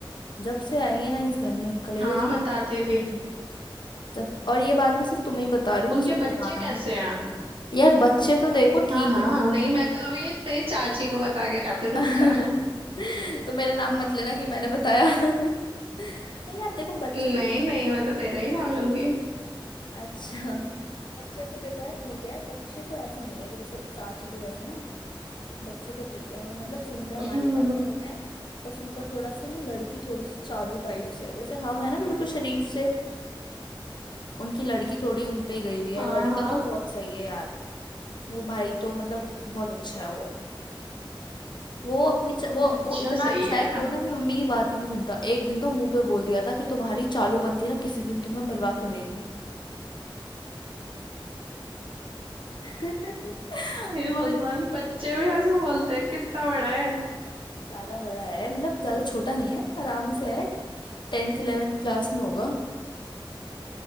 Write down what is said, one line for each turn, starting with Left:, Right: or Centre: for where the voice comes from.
Left: जब से आई है ना इस घर में कलेश
Right: हाँ बताती
Left: है।
Right: थी
Left: जब और ये बात मैं सिर्फ तुम्हें ही बता रही हूँ
Right: उनके
Left: किसी को
Right: बच्चे
Left: बताना
Right: कैसे
Left: मत
Right: हैं
Left: यार बच्चे तो देखो ठीक
Right: हाँ हाँ
Left: है
Right: नहीं मैं तो अभी तेरी चाची को बता के आती हूँ,
Left: <laughs>
Right: रुक जा
Left: तो मेरा नाम मत लेना कि मैंने बताया <laughs> नहीं यार देखो बच्चे
Right: नहीं
Left: तो
Right: नहीं मैं तो तेरा ही नाम लूंगी
Left: अच्छा बच्चे तो देखो यार ठीक है बच्चे तो ऐसे नहीं है कि जैसे चाची की जैसे ना बच्चे तो ठीक है वो मतलब सुनते हैं हमारी
Right: हम्म,
Left: बात सुनते हैं बस उनका थोड़ा सा ना लड़की थोड़ी सी चालू टाइप से है जैसे हम है ना बिल्कुल शरीफ से उनकी लड़की थोड़ी उन पे ही गई हुई है
Right: हाँ
Left: लड़का
Right: हाँ
Left: तो बहुत सही है यार वो भाई तो मतलब बहुत अच्छा है वो वो अपनी च... वो
Right: अच्छा
Left: वो इतना
Right: सही
Left: अच्छा
Right: है
Left: है कि वो ना अपनी मम्मी की बात ही नहीं सुनता एक दिन तो मुंह पे बोल दिया था कि तुम्हारी चालूपंथी ना किसी दिन तुम्हें मरवा के देगी <laughs>
Right: ये
Left: और
Right: भगवान बच्चे भी ऐसे बोलते हैं कितना बड़ा है
Left: ज्यादा बड़ा है मतलब ज्यादा छोटा नहीं है आराम से है टेंथ इलेवेंथ क्लास में होगा